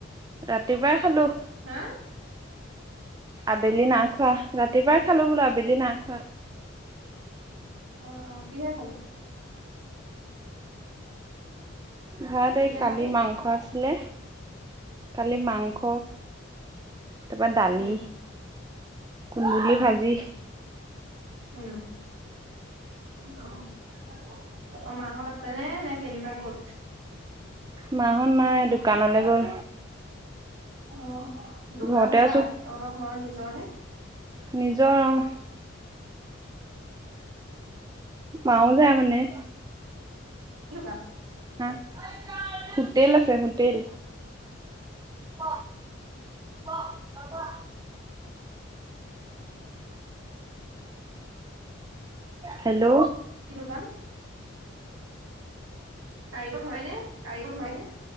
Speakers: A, on the right; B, on the right.
A: ৰাতিপুৱাই খালো
B: হা
A: আবেলি
B: অ অ
A: নাখোৱা ৰাতিপুৱাই খালো বোলো আবেলি নাখোৱা
B: অ অ সহে খালি
A: ভাত
B: কিহে
A: এই কালি
B: খালি
A: মাংস আছিলে খালি
B: অ
A: মাংস তাৰপৰা দালি
B: উম
A: কুন্দুলি
B: অ
A: ভাজি
B: উম অ তাৰপা মাহত আছে নে নে কেনিবা গ'ল
A: মাহত নাই দোকানলৈ গ'ল
B: অ দোকান
A: ঘৰতে
B: কাৰ
A: আছো
B: তহঁতৰ ঘৰৰ নিজৰ নে
A: নিজৰ আহ মাও যায় মানে।
B: এইটো কাম।
A: হা হোটেল আছে হোটেল। ক ক কোৱা? হেল্ল'।
B: কি দোকান? কাৰিকৰ হয় নে কাৰিকৰ হয় নে।